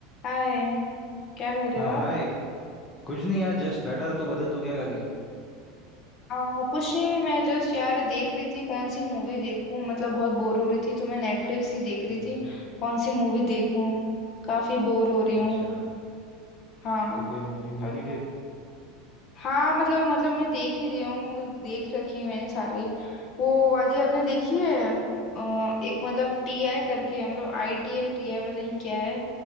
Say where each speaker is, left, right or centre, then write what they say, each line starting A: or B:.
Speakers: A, on the left; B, on the left.
A: हाय क्या कर रहे
B: हाँ
A: हो आप
B: हाय कुछ नहीं यार जस्ट बैठा था तू बता तू क्या कर रही है
A: आ, कुछ नहीं मैं जस्ट यार देख रही थी कौन सी मूवी देखूं मतलब बहुत बोर हो रही थी तो मैं नेटफ्लिक्स ही देख रही
B: हम्म
A: थी कौन सी मूवी देखूं काफी बोर हो रही हूँ
B: अच्छा
A: हाँ
B: तो कोई मूवी मिली
A: अभी
B: फिर
A: मैं- हाँ मतलब मतलब मैं देख ही रही हूँ देख रखी है मैंने सारी वो वाली आपने देखी है अ, एक मतलब टी आई करके है मतलब आई टी है टी आई पता नहीं क्या है